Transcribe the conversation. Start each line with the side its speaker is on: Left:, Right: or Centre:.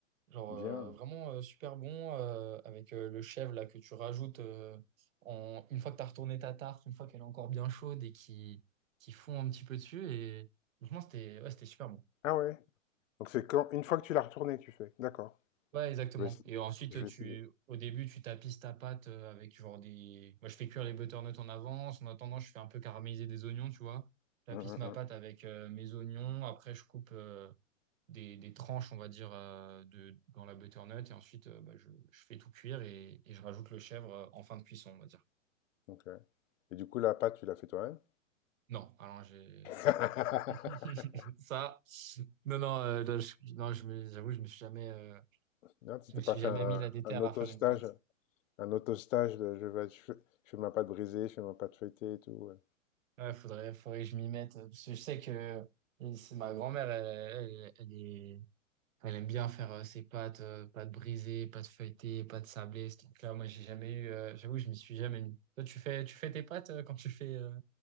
Right: Genre
Left: bien.
Right: euh, vraiment euh, super bon euh, avec euh, le chèvre là que tu rajoutes euh, en, une fois que tu as retourné ta tarte, une fois qu'elle est encore bien chaude et qui, qui fond un petit peu dessus. Et franchement, c'était ouais, c'était super bon.
Left: Ah ouais? Donc c'est quand une fois que tu l'as retournée, tu fais? D'accord.
Right: Ouais, exactement.
Left: Je vais ess
Right: Et ensuite,
Left: je vais
Right: tu,
Left: essayer.
Right: au début, tu tapisses ta pâte euh, avec genre des. Moi, je fais cuire les butternuts en avance. En attendant, je fais un peu caraméliser des oignons, tu vois. Je
Left: Mmh,
Right: tapisse
Left: mmh,
Right: ma
Left: mmh.
Right: pâte avec euh, mes oignons. Après, je coupe euh, des, des tranches, on va dire, euh, de, dans la butternut. Et ensuite, euh, bah, je, je fais tout cuire et, et je rajoute le chèvre euh, en fin de cuisson, on va dire.
Left: OK et du coup, la pâte, tu l'as fait toi-même?
Right: Non, alors j'ai.
Left: <laughs>
Right: <laughs> Ça. Non, non, euh, là, je- non, je me- j'avoue, je me suis jamais, euh,
Left: Non, tu
Right: je
Left: t'es
Right: me suis
Left: pas fait
Right: jamais
Left: un
Right: mis la déterre
Left: un auto-stage?
Right: à faire une pâte.
Left: Un auto-stage de je vais je fais je fais ma pâte brisée, je fais ma pâte feuilletée et tout, ouais.
Right: Ouais, faudrait, faudrait que je m'y mette. euh, Parce que je sais que euh, c'est ma grand-mère, elle, elle, elle est, elle aime bien faire euh, ses pâtes, euh, pâtes brisées, pâtes feuilletées, pâtes sablées, ce truc-là. Moi, j'ai jamais eu, euh, j'avoue, je m'y suis jamais mis. Toi, tu fais, tu fais tes pâtes euh, quand tu fais, euh,